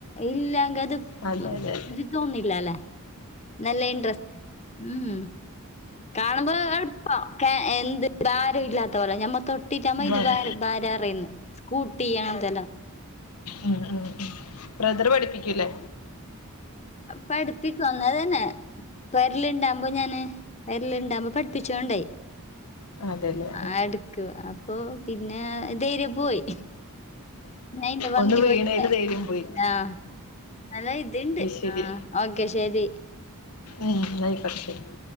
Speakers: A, on the left; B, on the left.
A: ഇല്ലങ്ക അത്
B: അതെ അതെ
A: ഇത് തോന്നില്ലല്ലെ നല്ല ഇൻട്രസ് ഉം കാണുമ്പ എളുപ്പ എന്ത് ഭാരല്ലാത്ത പോലെ ഞമ്മ തൊട്ട് <unintelligible>
B: വ-
A: ഭാര അറിയന്ന് സ്കൂട്ടി അങ്ങനത്തെല്ലാം
B: ഉം ഉം ബ്രദറ് പഠിപ്പിക്കൂല്ലേ
A: പഠിപ്പിക്കും അന്നേരന്നേ പെരലിണ്ടാകുമ്പോ ഞാന് പെരലുണ്ടാമ്പോ പഠിപ്പിച്ചൊണ്ടയി
B: അതെ അല്ലേ
A: ആ എടുക്കും അപ്പൊ പിന്നെ ദൈര്യ പോയി ഞാൻ അതിന്റെ വങ്കി
B: ഒന്ന് വീണേല്
A: പോയിട്ട്
B: ധൈര്യം പോയി
A: ആ നല്ല ഇതുണ്ട്
B: ശരി
A: ആ ഓക്കെ ശെരി
B: ഉം ന്നാ ആയിക്കോട്ടെ ശെരി